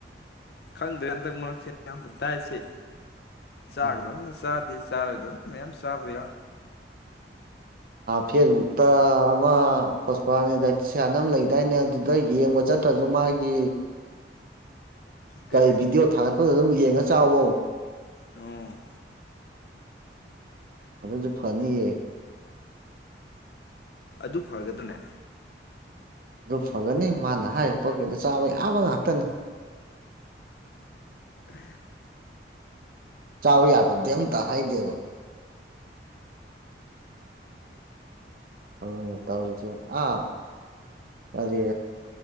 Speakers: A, on the left; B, on the right.
A: ꯈꯪꯗ꯭ꯔꯦ ꯍꯟꯗꯛ ꯃꯔꯛꯁꯦ ꯌꯥꯝꯕ ꯗꯥꯏꯠꯁꯦ ꯆꯥꯒꯗꯕꯅ
B: ꯎꯝ
A: ꯆꯥꯗꯦ ꯆꯥꯔ ꯑꯣꯏꯗ ꯃꯦꯝ ꯆꯕ
B: ꯐꯦꯁꯕꯨꯛꯇ ꯑꯃ ꯄꯣꯁꯄꯥꯅꯤ ꯗꯥꯏ ꯁꯅꯝ ꯂꯩꯗꯥꯏꯅꯦ ꯑꯗꯨꯗ ꯌꯦꯡꯕ ꯆꯠꯇ꯭ꯔꯁꯨ ꯃꯥꯒꯤ
A: ꯀꯩ
B: ꯀꯔꯤ ꯚꯤꯗꯤꯑꯣ ꯊꯥꯒꯠꯄꯗ ꯑꯗꯨꯝ ꯌꯦꯡꯉ ꯆ ꯆꯥꯎꯋꯣ
A: ꯑꯣ
B: ꯃꯗꯨꯁꯨ ꯐꯅꯤ ꯍꯥꯏ
A: ꯑꯗꯨ ꯐꯒꯗꯅꯦ
B: ꯑꯗꯨ ꯐꯒꯅꯤ ꯃꯥꯅ ꯍꯥꯏꯔꯤꯕ ꯄꯣꯠꯈꯩꯗ ꯆꯥꯕ ꯌꯥꯕ ꯉꯥꯛꯇꯅꯤ
A: ꯎ
B: ꯆꯥꯎ ꯌꯥꯗꯕꯗꯤ ꯑꯝꯇ ꯍꯥꯏꯗꯦꯕ ꯌꯦ ꯇꯥꯎꯔꯤꯁꯦ ꯑꯥ ꯀꯔꯤ